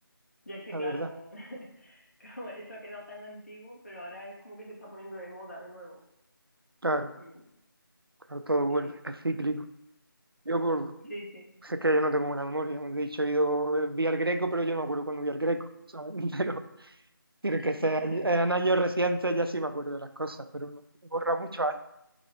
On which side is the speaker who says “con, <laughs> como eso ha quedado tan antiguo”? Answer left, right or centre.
Left